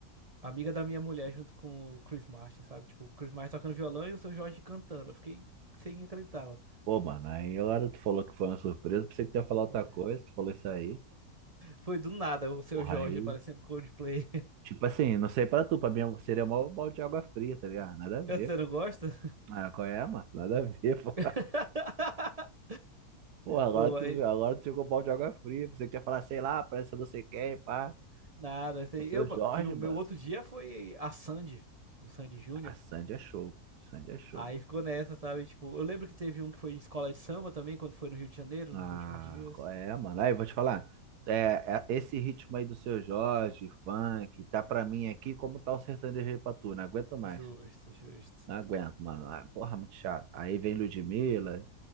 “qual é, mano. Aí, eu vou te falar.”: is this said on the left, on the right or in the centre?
Right